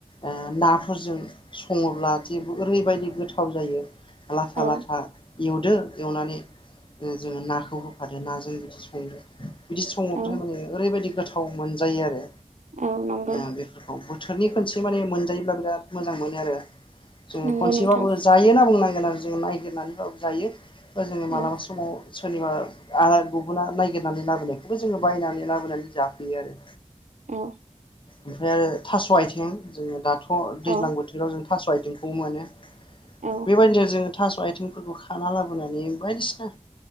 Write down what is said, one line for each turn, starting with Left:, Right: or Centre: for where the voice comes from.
Left: ओ नाफोरजों सङोब्ला जेबो ओरैबायदि गोथाव जायो। लाथा
Right: औ
Left: लाथा एवदो एवनानै। जोङो नाखौ होफादो नाजों बिदि संदो बिदि सङोबाथाय
Right: औ
Left: माने ओरैबायदि गोथाव। थाव मोनजायो आरो
Right: औ नंगौ
Left: ओ बेफोरखौ बोथोरनि खनसे माने मोनजायोब्ला बिराद मोजां मोनो आरो जोङो
Right: नंगौ
Left: खनसेबाबो
Right: नोंथां
Left: जायो होना बुंनांगोन। नार <unintelligible> जोङ <unintelligible> नायागिरनानैबाबो जायो बा जोङो
Right: औ
Left: मालाबा समाव। सोरनिबा गुबुना नायगिरनानै लाबोनायखौबो जोङो बायनानै लाबोनानै जाफैयो आरो
Right: औ
Left: ओमफ्राय आरो थास' आथिं जोङो दाथ'
Right: औ
Left: दैज्लां बोथोराव जों थास'आइथिंखौ मोनो
Right: औ
Left: बेबायदि ज जोङो थास' आइथिंफोरखौ खाना लाबोनानै बायदिसिना